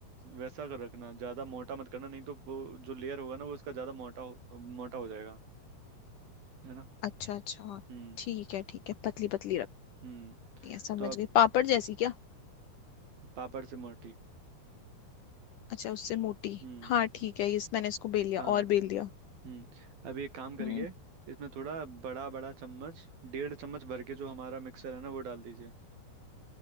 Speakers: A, on the right; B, on the left.
A: वैसा कर रखना ज़्यादा मोटा मत करना नहीं तो वो जो लेयर होगा ना वो उसका ज़्यादा मोटा हो, मोटा हो जाएगा है ना
B: अच्छा अच्छा
A: हम्म
B: ठीक है ठीक है पतली पतली रखनी
A: हम्म
B: है समझ
A: तो आप
B: गई पापड़ जैसी क्या
A: पापड़ से मोटी
B: अच्छा उससे मोटी
A: हम्म
B: हाँ ठीक है इस मैंने इसको बेल लिया
A: हाँ
B: और बेल दिया
A: हम्म अब एक काम करिए
B: हम्म
A: इसमें थोड़ा बड़ा बड़ा चम्मच डेढ़ चम्मच भर के जो हमारा मिक्सर है ना वो डाल दीजिए